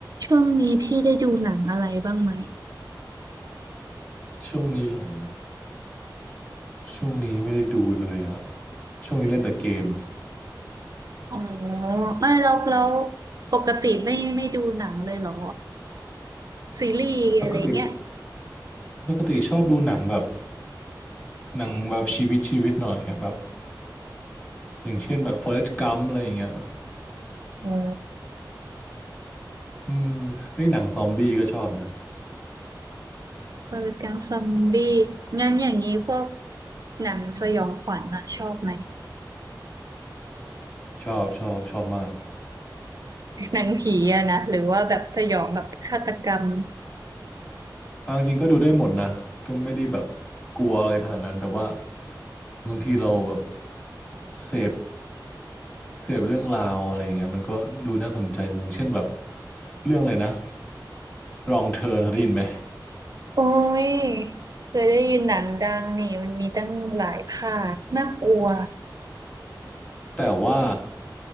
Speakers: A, on the right (about 50°); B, on the left (about 25°).
A: ช่วงนี้พี่ได้ดูหนังอะไรบ้างไหม
B: ช่วงนี้เหรอช่วงนี้ไม่ได้ดูเลยอะช่วงนี้เล่นแต่เกม
A: อ๋อไม่แล้วแล้วปกติไม่ไม่ดูหนังเลยเหรอซีรีส์อะไรเงี้ย
B: ปกติปกติชอบดูหนังแบบหนังแบบชีวิตชีวิตหน่อยอะแบบอย่างเช่นแบบ Forrest Gump อะไรอย่างเงี้ย
A: อ๋อ
B: อืมไอ้ยหนังซอมบี้ก็ชอบนะ
A: วรกรรมซอมบี้งั้นอย่างนี้พวกหนังสยองขวัญอะชอบไหม
B: ชอบชอบชอบมาก
A: หนังผีอะนะหรือว่าแบบสยองแบบฆาตกรรม
B: เอาจริงๆก็ดูได้หมดนะก็ไม่ได้แบบกลัวอะไรขนาดนั้นแต่ว่าบางทีเราแบบเสพเสพเรื่องราวอะไรอย่างเงี้ยมันก็ดูน่าสนใจดีอย่างเช่นแบบเรื่องอะไรนะ Wrong Turn เคยได้ยินไหม
A: โอ้ยเคยได้ยินหนังดังนี่มันมีตั้งหลายภาคน่ากลัว
B: แต่ว่า